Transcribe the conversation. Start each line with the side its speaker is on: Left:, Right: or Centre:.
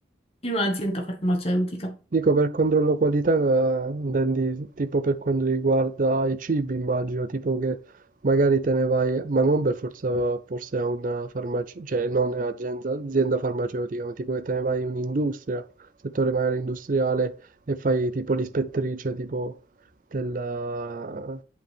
Left: in un'azienda farmaceutica.
Right: Dico per controllo qualità, eh, intendi tipo per quanto riguarda i cibi, immagino, tipo che magari te ne vai, ma non per forza forse a una farmacia, cioè non un'azienda azienda farmaceutica, ma tipo che te ne vai in un'industria, settore magari industriale, e fai tipo l'ispettrice tipo della,